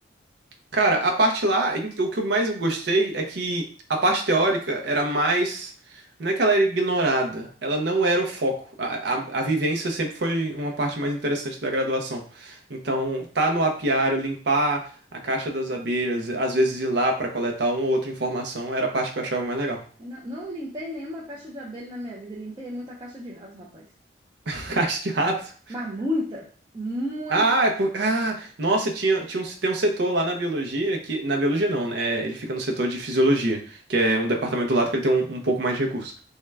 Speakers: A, on the right; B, on the right.
A: Cara, a parte lá, em- o que eu mais gostei é que a parte teórica era mais. Não é que ela era ignorada, ela não era o foco. A, a, a vivência sempre foi uma parte mais interessante da graduação. Então, tá no apiário, limpar a caixa das abelhas, às vezes ir lá pra coletar uma ou outra informação, era a parte que eu achava mais legal.
B: Eu não, não limpei nenhuma caixa de abelha na minha vida, limpei muita caixa de rato, rapaz.
A: <laughs> Caixa de rato.
B: Mas muita, muita.
A: Ah, é por... ah, nossa, tinha, tinha um, tem um setor lá na biologia que. Na biologia não, né? Ele fica no setor de fisiologia, que é um departamento do lado que ele tem um um pouco mais de recurso.